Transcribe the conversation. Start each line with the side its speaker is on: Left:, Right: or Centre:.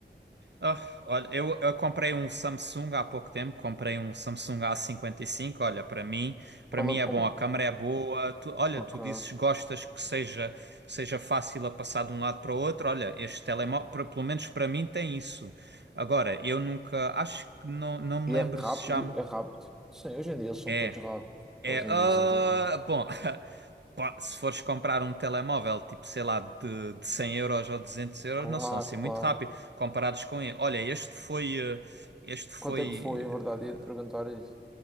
Right: Ah, olha, eu, eu comprei um Samsung há pouco tempo, comprei um Samsung A55. Olha, para mim, para
Centre: Qual
Right: mim
Centre: é
Right: é
Centre: que.
Right: bom, a câmera é boa. Tu, olha,
Centre: Ok.
Right: tu dizes gostas que seja seja fácil a passar de um lado para o outro. Olha, este telemóvel, pelo menos para mim tem isso. Agora, eu nunca, acho que não, não me
Centre: E
Right: lembro
Centre: é rápido,
Right: se já me-
Centre: é rápido. Sim, hoje em dia eles são
Right: é.
Centre: todos rápidos.
Right: É,
Centre: Eles em
Right: ah,
Centre: dia são todos rápidos.
Right: bom, <laughs> Pá, Se fores comprar um telemóvel, tipo, sei lá, de, de 100 euros ou 200 euros,
Centre: Claro,
Right: não são assim
Centre: claro.
Right: muito rápido comparados com ele. Olha, este foi, eh, este foi,
Centre: Quanto é que foi, a verdade?
Right: eh,
Centre: Ia-te perguntar isso.